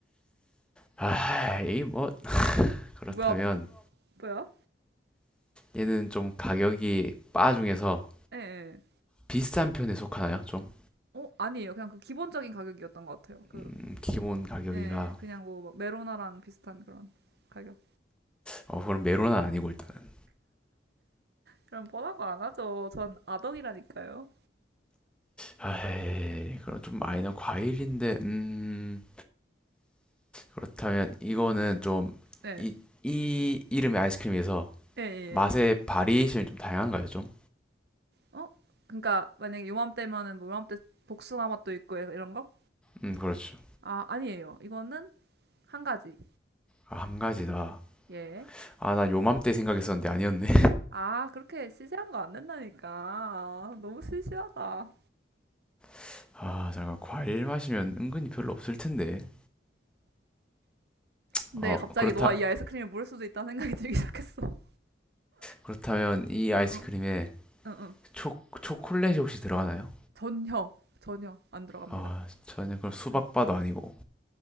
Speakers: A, in the centre; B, on the right.
A: 아, 이 뭐, 그렇다면
B: 뭐야, 뭐, 뭐야?
A: 얘는 좀 가격이 바 중에서
B: 예, 예.
A: 비싼 편에 속하나요? 좀
B: 어, 아니에요. 그냥 그 기본적인 가격이었던 것 같아요. 그,
A: 음, 기본 가격이다.
B: 예, 네. 그냥 뭐, 막 메로나랑 비슷한 그런 가격.
A: 어, 그럼 메론은 아니고 일단은.
B: 그럼 뻔한 거 안 하죠. 전 아덕이라니까요.
A: 아, 그럼 좀 마이너 과일인데, 음. 그렇다면 이거는 좀
B: 네.
A: 이, 이 이름의 아이스크림에서
B: 예, 예,
A: 맛의
B: 예.
A: 바리에이션이 좀 다양한가요, 좀?
B: 어? 그러니까 만약에 요맘때면은 뭐 요맘때 복숭아 맛도 있고 이런 거?
A: 음, 그렇죠.
B: 아, 아니에요. 이거는 한 가지.
A: 아, 한 가지다.
B: 예.
A: 아, 나 요맘때 생각했었는데 아니었네.
B: 아, 그렇게 시시한 거 안 된다니까. 아, 너무 시시하다.
A: <laughs> 아, 잠깐 과일 마시면 은근히 별로 없을 텐데.
B: 근데
A: 어,
B: 갑자기
A: 그렇다
B: 너가 이 아이스크림을 모를 수도 있다는 생각이 들기 시작했어.
A: 그렇다면 이 아이스크림에
B: <laughs> 응응, 응응.
A: 초 초콜릿이 혹시 들어가나요?
B: 전혀, 전혀 안 들어갑니다.
A: 아, 전혀 그럼 수박바도
B: 네,
A: 아니고.